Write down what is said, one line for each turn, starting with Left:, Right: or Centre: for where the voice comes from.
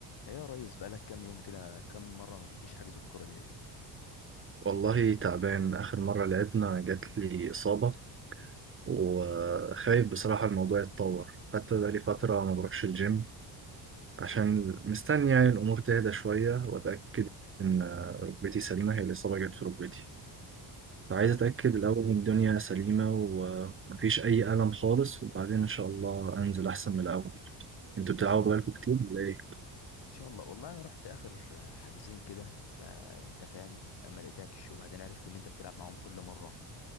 Left: ايه يا ريس بقالك كام يوم كده كام مرة ما بتجيش حجز الكورة ليه؟
Right: والله تعبان آخر مرة لعبنا جات لي إصابة وخايف بصراحة الموضوع يتطور حتى بقالي فترة ما بروحش الجيم عشان مستني يعني الأمور تهدى شوية وأتأكد إن ركبتي سليمة هي الإصابة جت في ركبتي فعايز
Left: طيب
Right: أتأكد
Left: ان
Right: الأول إن الدنيا سليمة ومفيش أي ألم خالص وبعدين إن شاء الله أنزل أحسن من الأول انتوا بتلعبوا
Left: شاء
Right: بقالكم
Left: الله
Right: كتير ولا ايه؟
Left: ان شاء الله والله انا رحت اخر حاجزين كده فانت فاهم ما لقيتكش وبعدين عرفت ان انت بتلعب معاهم كل مرة